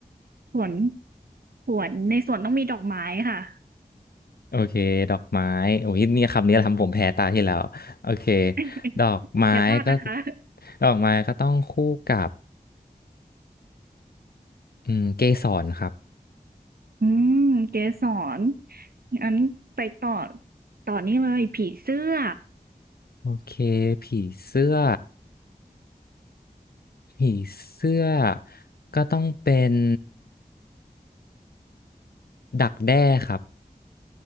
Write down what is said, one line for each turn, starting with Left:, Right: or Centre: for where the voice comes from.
Right: สวนสวนในสวนต้องมีดอกไม้ค่ะ
Left: โอเคดอกไม้โอ้ยเนี่ยคำนี้ทำผมแพ้ตาที่แล้วโอเค
Right: <laughs>
Left: ดอกไม้ก็
Right: อย่าพลาดนะคะ
Left: ดอกไม้ก็ต้องคู่กับอืมเกสรครับ
Right: อืมเกสรอันไปต่อต่อนี่เลยผีเสื้อ
Left: โอเคผีเสื้อ ผีเสื้อก็ต้องเป็นดักแด้ครับ